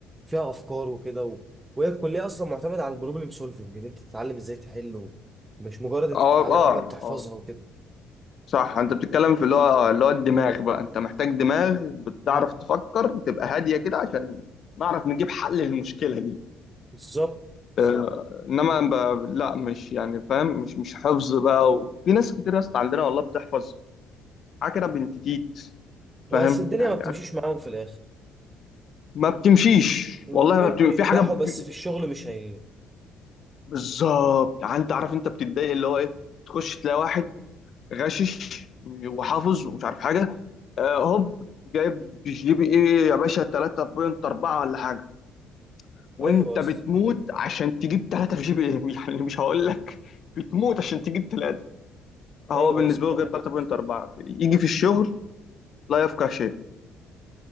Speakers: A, on the right (about 20°); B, on the left (about 50°).
A: وفيها افكار وكده و... وهي الكليه اصلا معتمده على البروبلم سولفنج ان انت تتعلم ازاي تحل و... مش مجرد انت
B: اه
A: بتتعلم
B: اه
A: حاجه بتحفظها
B: آه،
A: وكده
B: صح انت بتتكلم في اللي هو اللي هو الدماغ بقى انت محتاج دماغ بتعرف
A: مم.
B: تفكر تبقى هاديه كده عشان نعرف نجيب حل للمشكله دي
A: بالظبط
B: آه، انما ب... لا مش يعني فاهم مش مش حفظ بقى وفي ناس كتير يا اسطى عندنا والله بتحفظ عكرة بنت تيت
A: بس
B: فاهم
A: الدنيا
B: يعني
A: ما بتمشيش معاهم في الاخر
B: ما بتمشيش
A: مم.
B: والله
A: تلاقيهم
B: ما بتمشيش.
A: بينجحوا
B: في حاجه ب-
A: بس
B: في...
A: في الشغل مش هي
B: بالظبط يعني انت عارف انت بتتضايق اللي هو ايه تخش تلاقي واحد غشش وحافظ ومش عارف حاجه آه، هوب جايب جي بي ايه يا باشا 3.4 ولا حاجه وانت
A: ايوه اصلا
B: بتموت عشان تجيب 3 في جي بي ايه <laughs> يعني مش هقول لك بتموت عشان تجيب ثلاثة هو
A: ايوه
B: بالنسبه
A: اصلا
B: له
A: ده
B: جايب
A: حقيقي
B: 3.4 في- يجي في الشغل لا يفقه شيء